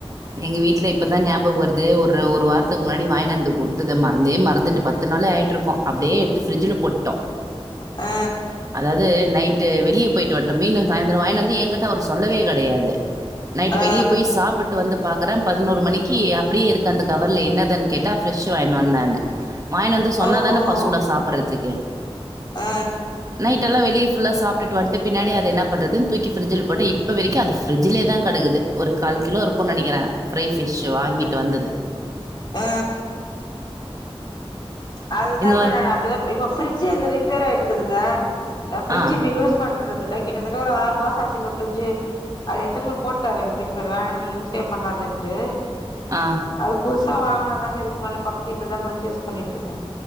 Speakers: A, on the right; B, on the left.
A: எங்க வீட்ல இப்பதா ஞாபக் வருது ஒரு ஒரு வாரத்துக்கு முன்னாடி வாய்னந்து குடுத்தத மறந்தே மறந்துட்டு ப த்து நாளு ஆயிட்ருக்கோ அப்டியே எடுத்து ஃப்ரிஜில போட்டோ
B: ஆ
A: அதாவ்து நைட்டு வெளிய போயிட்டு வந்டோ மீனு சாய்ந்தரோ வாய்னந்து எங்கிட்ட அவுரு சொல்லவே கெடயாது நைட்டு
B: ஆ
A: வெளிய போய் சாப்புட்டு வந்தப் பாக்குறே பதினோரு மணிக்கு அப்டியே இருக்க அந்த கவர்ல என்னதுன் கேட்டா ஃப்ஷ்ஷீ வாய்ன் வந்தனு வாயின் வந்து சொன்னாதானப்பா
B: ஓ ஓ
A: சுடா சாப்பறதுக்கு
B: ஆ
A: நைட்டெல்லா வெளியே ஃபுல்லா சாப்டுட்டு வந்ட்ட பின்னாடி அத என்னா பண்றதுன் தூக்கி ஃப்ரிஜுல போட்டே இப்ப வெரிக்கு அது ஃப்ரிஜிலேதா கடக்குது ஒரு கால் கிலோ இருக்கு நெனைக்கிறே ஃப்ரை ஃபிஷ்ஷு வாங்கிட்டு வந்தது
B: ஆ அதுதாங்க
A: இந்த மாரி
B: நானு அப்டிதா இப் இப்ப ஃப்ரிஜ்ஜு எந்து ரிப்பேர் ஆயிட்டுக்குதுங்க நா ஃப்ரிட்ஜ்
A: ஆ,
B: இப்ப யூஸ் பண்றறதில்ல கிட்டத்தட்ட ஒரு ஆறு மாசோ ஆச்சுங்க ஃப்ரிட்ஜு அது எத்தனு போய் போட்டாரு எங் வீட்டுக்காரு வேணா நீ யூஸே பண்ணாதென்ட்டு
A: ஆ
B: அது புதுசா வாங்குனாதாங்க இதுக்கு மேல பக்கத் வீட்ல தாங்க வெச்சு யூஸ் பண்ணிட்ருக்கே